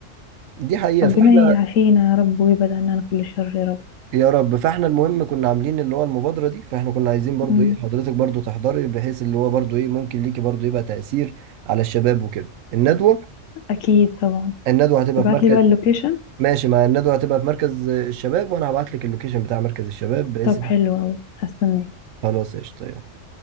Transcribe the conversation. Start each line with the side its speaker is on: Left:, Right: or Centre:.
Right: دي حقيقة
Left: ربنا
Right: فاحنا
Left: يعافينا يا رب ويبعد عننا كل شر يا رب
Right: يا رب فاحنا المهم كنا عاملين اللي هو المبادرة دي فاحنا كنا عايزين برضو
Left: مم.
Right: ايه حضرتك برضو تحضري بحيث اللي هو برضو ايه ممكن ليكي برضو يبقى تأثير على الشباب وكده الندوة
Left: اكيد طبعا
Right: الندوة هتبقى
Left: ابعت
Right: في مركز
Left: لي بقى اللوكيشن
Right: ماشي مع الندوة هتبقى في مركز الشباب وانا هبعت لك اللوكيشن بتاع مركز الشباب باسم
Left: طب حلو قوي هستناك
Right: خلاص قشطة يلا.